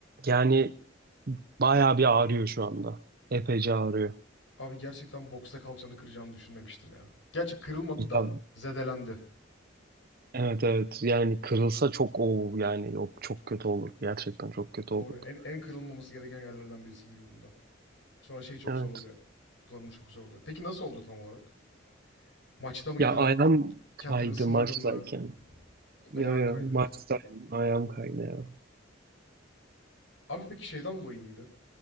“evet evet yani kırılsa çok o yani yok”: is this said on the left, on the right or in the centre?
Right